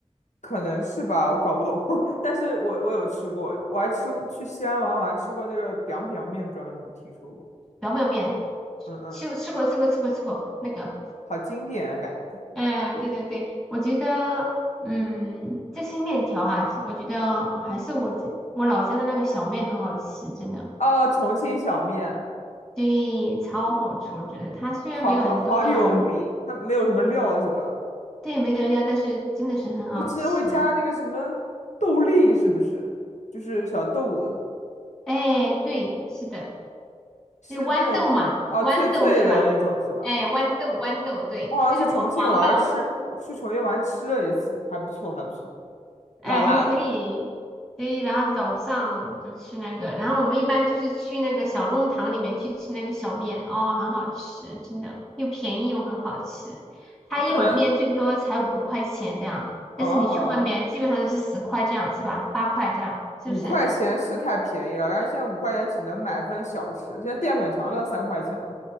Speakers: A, on the left (about 80°); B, in the centre.
A: 可能是吧，我搞不懂，<laughs> 但是我我有吃过，我还吃过去西安玩，我还吃过那个 biang biang 面，不知道你们听说过？
B: 表表面，
A: 嗯嗯，
B: 吃吃过吃过吃过吃过那个，
A: 好经典啊感觉。
B: 嗯，对对对，我觉得，嗯，这些面条啊，我觉得我还是我家我老家的那个小面很好吃，真的，
A: 哦，重庆小面，
B: 对，超好吃，我觉得它虽然没有很多的，
A: 好好有名，它没有什么料是吧？
B: 对，没有料，但是真的是很好吃。
A: 我记得会加那个什么豆粒，是不是？就是小豆子。
B: 哎，对，是的，
A: 是那种哦脆脆的那种是吧？
B: 就是豌豆嘛，豌豆是吧？哎，豌豆豌豆，对，
A: 我好像去重庆玩儿吃，
B: 就是黄黄的嘛。
A: 我去重庆玩吃了一次，还不错还不错，
B: 哎，
A: 辣辣的，
B: 还可以，对，然后早上就吃那个，然后我们一般就是去那个小弄堂里面去吃那个小面，哦，很好吃，真的，又便宜又很好吃。它一碗面最多才五块钱这样，
A: 呃可能
B: 但是你去外面基本上都是十块这样，
A: 哦
B: 是吧？八块这样，是不是？
A: 五块钱是太便宜了，然后现在五块钱只能买份小吃，现在淀粉肠都要三块钱了。